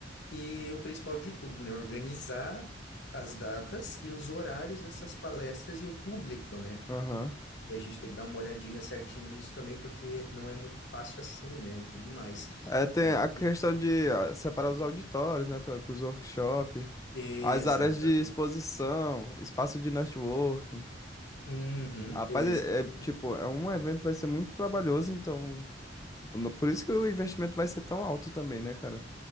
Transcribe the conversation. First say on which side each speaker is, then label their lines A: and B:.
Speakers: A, on the left; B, on the left.
A: e o principal de tudo, né, organizar as datas e os horários dessas palestras e o público, né?
B: Aham.
A: E daí a gente tem que dar uma olhadinha certinho nisso também, porque não é muito fácil assim, né? E tudo mais.
B: É, tem
A: A gente-
B: a questão de ah, separar os auditórios, né, para os workshops,
A: Exatamente.
B: as áreas de exposição, espaço de networking.
A: Uhum,
B: Rapaz,
A: exatamente.
B: é, é, tipo, é um evento que vai ser muito trabalhoso, então, no- por isso que o investimento vai ser tão alto também, né, cara?